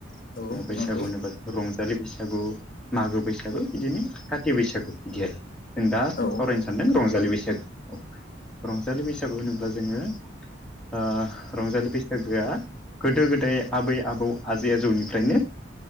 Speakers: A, on the left; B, in the centre.
A: औ
B: बैसागु
A: नंगौ
B: होनोबा रंजालि बैसागु आ मागो बैसागो बिदिनो काति बैसागो बिदि आरो जों दा सावरायनो
A: औ
B: सानदों रंजालि बैसागो औ रंजालि बैसागु होनोब्ला जोङो। ओ रंजालि बैसागोआ गोदो गोदाय आबै आबौ आजै आजौनिफ्रायनो